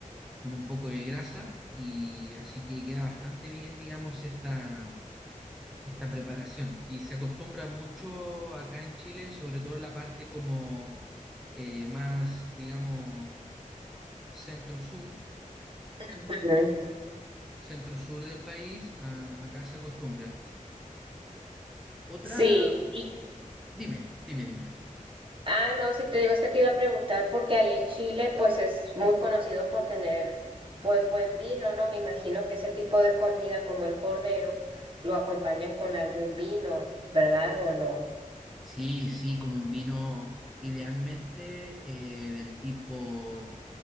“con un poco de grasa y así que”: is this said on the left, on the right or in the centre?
Centre